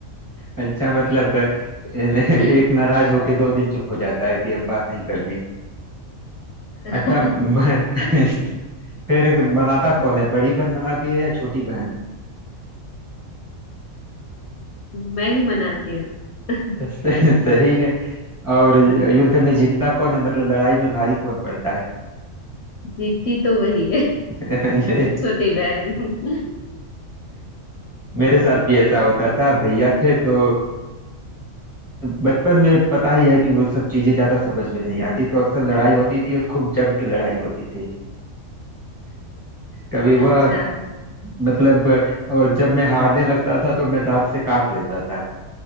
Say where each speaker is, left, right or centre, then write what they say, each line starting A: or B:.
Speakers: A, on the right; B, on the left.
A: अच्छा मतलब अ, एक
B: <laughs>
A: नाराज होके दो दिन चुप हो जाता है कि अब बात नहीं करनी
B: <laughs>
A: अच्छा
B: हम्म,
A: म- <laughs> फिर मनाता कौन है बड़ी बहन मनाती है या छोटी बहन
B: मैं ही मनाती हूँ <laughs>
A: <laughs> सही है और युद्ध में जीतता कौन है मतलब लड़ाई में भारी कौन पड़ता है
B: जीती तो वही है
A: <laughs>
B: छोटी बहन <laughs>
A: मेरे साथ भी ऐसा होता था भैया थे तो अ, बचपन में पता ही है कि वो सब चीजें ज्यादा समझ में नहीं आती तो अक्सर लड़ाई होती थी और खूब जम के लड़ाई होती थी कभी
B: अच्छा
A: वह मतलब और जब मैं हारने लगता था तो मैं दांत से काट लेता था